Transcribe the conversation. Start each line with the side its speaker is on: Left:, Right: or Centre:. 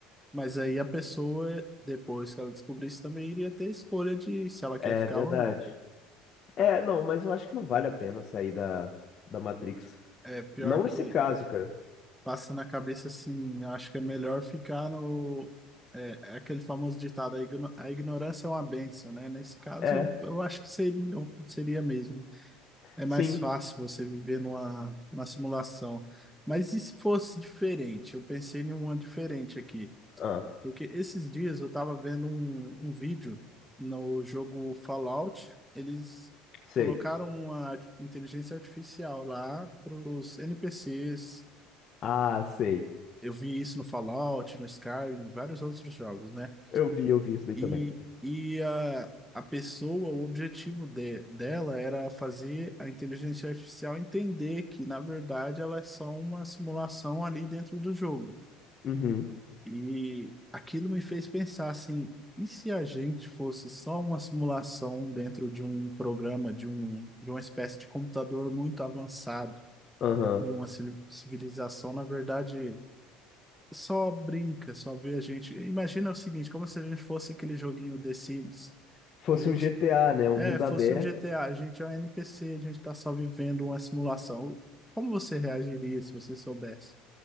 Centre: Mas aí a pessoa, depois que ela descobrisse, também iria ter escolha de se ela quer
Left: É
Centre: ficar
Left: verdade.
Centre: ou não.
Left: É, não, mas eu acho que não vale a pena sair da, da Matrix.
Centre: É pior
Left: Não
Centre: que
Left: nesse caso, cara.
Centre: passa na cabeça assim, eu acho que é melhor ficar no. É, é aquele famoso ditado, a igno- a ignorância é uma benção, né? Nesse caso,
Left: É,
Centre: eu acho que seria, seria mesmo. É
Left: sim.
Centre: mais fácil você viver numa, numa simulação. Mas e se fosse diferente? Eu pensei em uma diferente aqui.
Left: Ah,
Centre: Porque esses dias eu estava vendo um, um vídeo no jogo Fallout. Eles
Left: sei.
Centre: colocaram uma ar- inteligência artificial lá para os NPCs.
Left: Ah, sei.
Centre: Eu vi isso no Fallout, no Skyrim, em vários outros jogos, né?
Left: Eu vi, eu vi isso daí
Centre: E,
Left: também.
Centre: e a, a pessoa, o objetivo de- dela era fazer a inteligência artificial entender que, na verdade, ela é só uma simulação ali dentro do jogo.
Left: Uhum,
Centre: E aquilo me fez pensar assim, e se a gente fosse só uma simulação dentro de um programa, de um, de uma espécie de computador muito avançado,
Left: aham.
Centre: de uma ci- civilização, na verdade, só brinca, só vê a gente. Imagina o seguinte, como se a gente fosse aquele joguinho The Sims.
Left: Fosse
Centre: A gente
Left: um GTA, né? Um
Centre: É,
Left: mundo
Centre: fosse
Left: aberto.
Centre: um GTA, a a gente é um NPC, a gente tá só vivendo uma simulação. Como você reagiria se você soubesse?